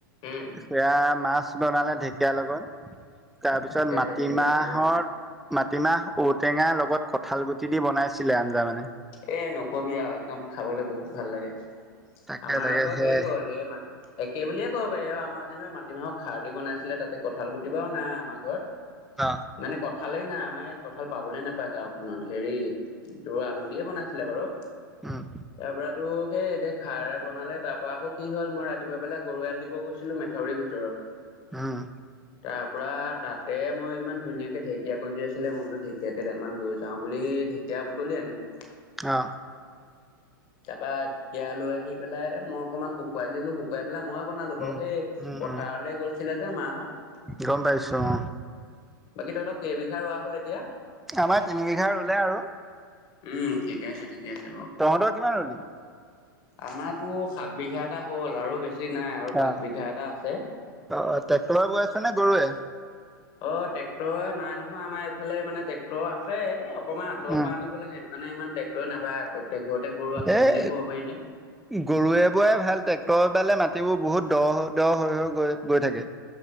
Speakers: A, on the left; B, in the centre.
A: উম
B: সেয়া মাছ বনালে ঢেকীয়াৰ লগত, তাৰপিছত
A: ঠিকে আছে
B: মাটিমাহৰ
A: ঠিকে আছে অ
B: মাটিমাহ ঔটেঙাৰ লগত কঁঠাল গুটি দি বনাইছিলে আঞ্জা মানে।
A: এ নকবি আৰু একদম খাবলৈ বহুত ভাল লাগে।
B: তাকে
A: আমাৰ
B: তাকে
A: আকৌ
B: সেয়াই
A: হেৰি হ'ল এই মা একে বুলিয়ে ক'ব পাৰি আৰু আমাৰ যেনিবা মাটিমাহৰ খাৰ দি বনাইছিলে তাতে কঁঠাল গুটি বাও নাই আমাৰ ঘৰত।
B: অ,
A: মানে কঠালে নাই আমাৰ ইয়াত কঠাল পাবলে নাপায় গাঁওখননত হেৰি তোৰ আলু দিয়ে বনাইছিলে বাৰু।
B: উম
A: তাৰ পৰা তোৰ এ দে খাৰ এ বনাল তাৰ পৰা আকৌ কি হল মই ৰাতিপুৱা পেলাই গৰু এৰাল দিব গৈছিলো মেথাউৰ ভিতৰত, <unintelligible>
B: উম,
A: তাৰ পৰা তাতে মই ইমান ধুনীয়াকে ঢেকীয়া গজি আছিলে মই বোলো ঢেঁক কিয়া কেইডালমান লৈ যাওঁ বুলি ঢেকীয়া বুটি আনিলোঁ।
B: অ,
A: তাৰ পা ঢেঁকীয়া লৈ আহি পেলাই মই অকণমান শুকুৱাই দিলো শুকুৱাই পেলাই ময় বনালো বাৰু
B: উম
A: সেই
B: উম
A: প
B: উম
A: থাৰলৈ গৈছিলে যে মাহত
B: গম পাইছো অ
A: বাকী তহঁতৰ কেইবিঘা ৰোৱা হ'ল এতিয়া?
B: আমাৰ তিনি বিঘাৰ ৰুলে আৰু
A: উম ঠিকে, আছে ঠিকে আছে বাৰু।
B: তহঁতৰ কিমান ৰুলি?
A: আমাতো সাত বিঘা এটা হ'ল আৰু বেছি নাই আৰু পাঁচ
B: অ
A: বিঘা এটা আছে।
B: অ', ট্ৰেক্টৰৰে বৈয়াছা নে গৰুৱে।
A: অ', ট্ৰেক্টৰ নাই নহয় আমাৰ এইফালে মানে ট্ৰেক্টৰ আছে অকনমান আঁতৰৰ
B: উম
A: পৰা আনিব লাগে এইটো। মানে ইমান ট্ৰেক্টৰে নাপায় প্ৰত্যেক ঘৰতে গৰু আছে
B: এই
A: বুলিয় ক'ব পাৰি যে।
B: গৰুৱে বোৱাই ভাল ট্ৰেক্টৰবালে মাটিবোৰ বহুত দ, দ হৈ, হৈ গৈ, গৈ থাকে।